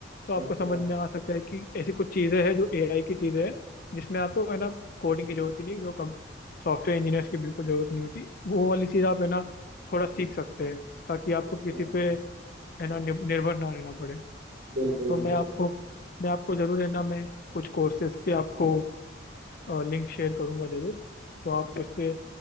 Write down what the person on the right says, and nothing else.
अच्छा
अच्छा
अच्छा
बिल्कुल
बिल्कुल